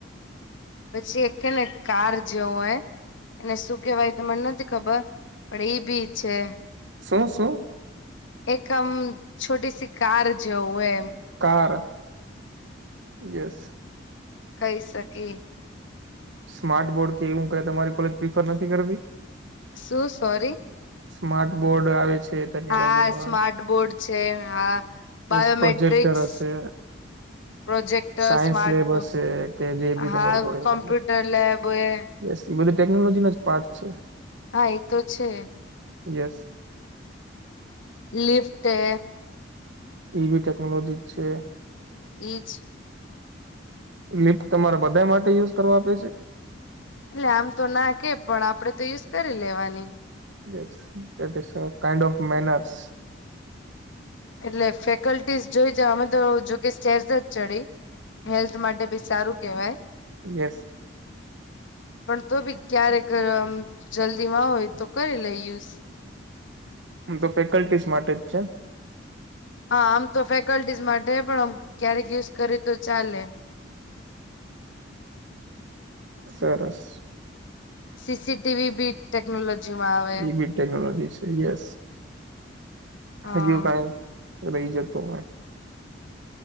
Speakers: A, on the left (about 80°); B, on the right (about 75°).
A: પછી એક કે ને કાર જેવું હૈ એને શું કહેવાય તો મને નથી ખબર પણ એઈ ભી છે.
B: શું શું?
A: એકમ છોટી સી કાર જેવું એ.
B: કાર યેસ
A: કઈ શકે
B: સ્માર્ટ બોર્ડ કે એવું ક તમારી કોલેજ પ્રિફર નથી કરતી?
A: શું સોરી?
B: સ્માર્ટ બોર્ડ આવે છે. ટેકનોલોજીમાં
A: હા સ્માર્ટ બોર્ડ છે હા
B: યેસ
A: બાયોમેટ્રિક્સ
B: પ્રોજેક્ટર હશે.
A: Projector
B: science
A: smart
B: lab
A: board
B: હશે કે જે બી
A: હા
B: તમારું કોલેજ
A: કોમ્પ્યુટર
B: મતલબ
A: લેબ એ
B: યસ એ બધું ટેકનોલોજી નો જ પાર્ટ છે.
A: હા એ તો છે.
B: યેસ.
A: લિફ્ટ હે
B: ઈ બી ટેક્નોલોજી છે.
A: એજ.
B: લીપ તમારે બધા માટે યુઝ કરવા આપે છે?
A: એટલે આમ તો ના કે પણ આપડે તો યુઝ કરી લેવાની.
B: Yes is kind of means
A: એટલે ફેકલ્ટીસ જોઈ જ અમે તો જોકે <unintelligible> જ ચડી હેલ્થ માટે ભી સારું કેવાય
B: યેસ.
A: <inaudible> પણ તો ભી ક્યારેક જલ્દી માં હોય તો કરી લઈ યુસ.
B: હમ, તો ફેકલ્ટીસ માટે જ છે.
A: હા આમ તો ફેકલ્ટીઝ માટે પણ ક્યારેક યુઝ કરી તો ચાલે.
B: સરસ.
A: સીસીટીવી બી ટેકનોલોજી માં આવે
B: એ બી ટેકનોલોજી છે યસ
A: હા
B: હજિયુ કાઈ રહી જતુ હોય